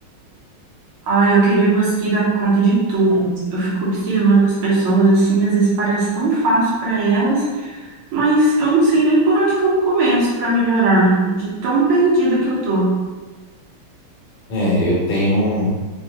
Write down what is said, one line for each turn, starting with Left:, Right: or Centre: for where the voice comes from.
Right: Ai, eu queria conseguir dar conta de tudo. Eu fico observando as pessoas, assim, às vezes parece tão fácil para elas, mas eu não sei nem por onde que eu começo para melhorar, de tão perdida que eu tô.
Left: É, eu tenho